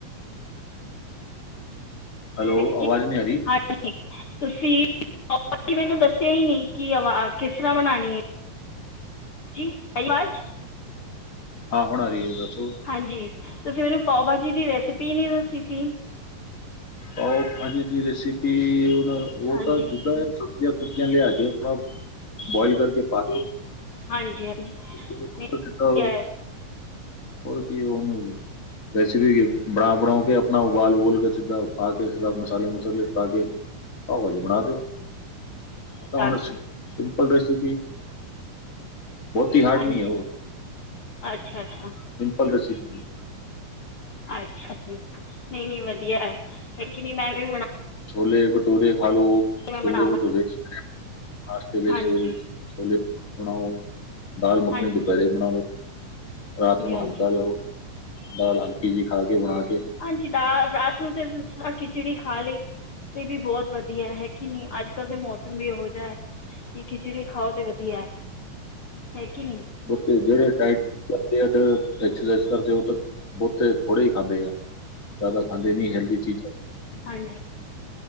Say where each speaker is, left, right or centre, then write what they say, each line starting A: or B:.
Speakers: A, on the left (about 25°); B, on the left (about 45°).
A: ਹੈਲੋ
B: ਹੈ
A: ਆਵਾਜ਼ ਨਹੀਂ ਆ ਰਹੀ।
B: ਕਿ ਤੁਸੀਂ ਮੈਨੂੰ ਦੱਸਿਆ ਹੀ ਨਹੀਂ ਕਿ ਆਵਾ ਕਿਸ ਤਰ੍ਹਾਂ ਬਣਾਣੀ ਹੈ। ਜੀ ਆਈ ਆਵਾਜ਼।
A: ਹਾਂ ਹੁਣ ਆ ਰਹੀ ਹੈ, ਦੱਸੋ?
B: ਹਾਂਜੀ ਤੁਸੀਂ ਮੈਨੂੰ ਪਾਓ ਭਾਜੀ ਦੀ ਰੈਸਪੀ ਨੀ ਦੱਸੀ ਸੀ।
A: ਪਾਓ, ਹਾਂਜੀ ਜੀ ਰੈਸਿਪੀ, ਉਹ ਨਾ, ਉਹ
B: ਹਾਂਜੀ
A: ਤਾਂ ਜਿੱਦਾਂ ਏ। ਸਬਜ਼ੀਆਂ ਸੁਬਜ਼ੀਆਂ ਲਿਆ ਕੇ ਉਪਰੋ, ਬੋਇਲ ਕਰਕੇ ਪਾ ਦਓ।
B: ਹਾਂਜੀ ਹਾਂਜੀ
A: <unintelligible>
B: ਨਹੀਂ ਹੈ
A: ਹੋਰ ਕੀ ਉਹਨੂੰ ਵੀ। ਵੈਸੇ ਵੀਗੇ ਬਣਾ ਬੂਣੁ ਕੇ ਅਪਣਾ, ਉਬਾਲ ਉਬੂਲ ਕੇ ਸਿੱਧਾ ਪਾ ਕੇ ਸਿਦਾ, ਮਸਾਲੇ ਮਸੂਲੇ ਪਾ ਕੇ, ਪਾਓ ਭਾਜੀ ਬਣਾ ਦਿਓ। ਆ ਤਾਂ ਹੁਣ
B: ਹਾਂਜੀ
A: ਸਿੰਪਲ ਰੈਸਿਪੀ। ਬੋਹਤੀ ਹਾਰਡ
B: ਹਾਂਜੀ
A: ਨੀ ਹੈ ਔਹ,
B: ਅੱਛਾ ਅੱਛਾ
A: ਸਿੰਪਲ ਰੈਸਿਪੀ ਏ।
B: ਅੱਛਾ ਜੀ, ਨਈ-ਨਈ ਵਦੀਆ ਏ, ਐਕਚੂਲੀ ਮੈਂ ਵੀ ਵੜਾ
A: ਛੋਲੇ ਬਟੂਰੇ ਖਾ ਲੋ,
B: ਮੈਂ
A: ਛੋਲੇ
B: ਬਣਾਵਾਂਗੀ
A: ਭਟੂਰੇ, ਨਾਸ਼ਤੇ ਲਈ
B: ਹਾਂਜੀ
A: ਸਵੇਰੇ ਛੋਲੇ ਬਣਾਓ, ਦਾਲ ਮੱਖਣੀ
B: ਹਾਂਜੀ
A: ਦੁਪੇਰੇ ਬਣਾ ਲੋ। ਰਾਤ
B: ਹਾਂਜੀ
A: ਨੂੰ
B: ਹਾਂਜੀ
A: ਹਲਕਾ ਲੋ, ਦਾਲ ਹਲਕੀ ਜਿਈ ਖਾ ਕੇ, ਬਣਾ ਕੇ।
B: ਹਾਂਜੀ ਦਾਲ, ਰਾਤ ਨੂੰ ਫਿਰ <unintelligible> ਖਿਚੜੀ ਖਾ ਲਈ, ਤੇ ਵੀ ਬੋਤ ਵਧੀਆ ਹੈ ਕਿ ਨਈ, ਅੱਜ ਕੱਲ ਦੇ ਮੌਸਮ ਵੀ ਇਹੋ ਜਿਹਾ ਹੈ, ਕਿ ਖਿਚੜੀ ਖਾਓ ਤੇ ਵਧੀਆ ਹੈ। ਹੈ ਕਿ ਨੀ?
A: ਬੋਤੇ ਜੇਹੜੇ ਡਾਈਟ ਕਰਦੇ ਆ, ਜਿਵੇੰ ਐਕਸਰਸਾਈਜ ਕਰਦੇ ਆ, ਉਹ ਤੇ ਬਹੋਤੇ ਥੋੜੇ ਹੀ ਖਾਂਦੇ ਆ। ਜਾਦਾ ਖਾਂਦੇ ਨੀ ਹੈਲਦੀ ਚੀਜ਼ਾਂ।
B: <unintelligible>